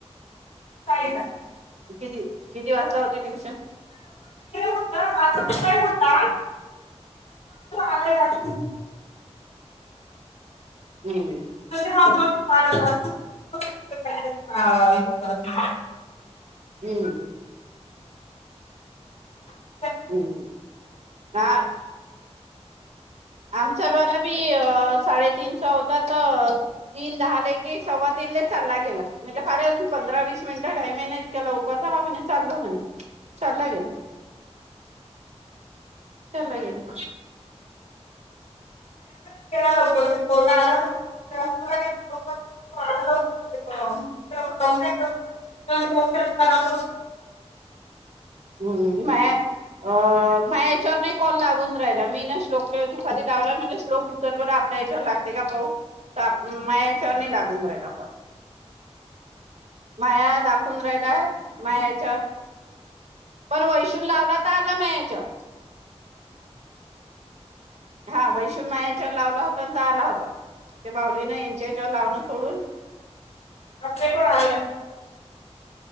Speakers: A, on the left; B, on the right.
A: साईचा
B: किती? किती वाजता होते ट्युशन?
A: येत होता एकदा आला जातो
B: हम्म
A: करत
B: हम्म
A: ह
B: हम्म हा आमचा बाला बी अ साडेतीनचा होता तर तीन दहाले कि सव्वा तीनले चालला गेला म्हणले कारे अजून पंधरा वीस मिनिटं टाईम आहे ना इतक्या लवकरतर हा म्हणे चाललो म्हणे चालला गेला चाला गेला
A: पोरगा आला ना तो मी तो आहे
B: हम्म माया अ माया याच्यावर नाही कॉल लागून राहिला मी ना श्लोकात दुपारी लावला म्हणला श्लोक उचल बर आपल्या याच्यावर लागते का पाऊ त मा याच्यावर नाही लागून राहिला कॉल माया दाखवून राहिला मा याच्यावर पण वैशून लावला तर आला माया ह्याच्याव हा वैष्णून मायाच्यावर लावला होता ना तर आला होता ते बावलीन यांच्याच्यावर लावण सोडून
A: अपडेट वर आलं